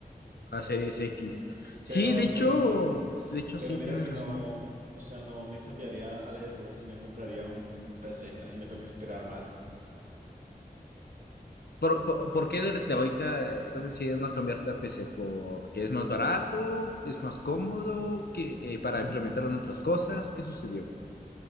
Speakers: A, on the left (about 80°); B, on the right (about 55°).
A: A Series X. Sí,
B: Pero,
A: de hecho,
B: pero,
A: de hecho
B: pero
A: sí,
B: mira
A: tienes
B: que
A: razón.
B: no, o sea, no me cambiaría al Xbox si me compraría un, un PC, así me toca esperar más.
A: ¿Por, por, por qué de, de ahorita estás decidiendo cambiarte a PC? ¿Porque es más barato? ¿Es más cómodo? que eh, ¿Para implementarlo en otras cosas? ¿Qué sucedió?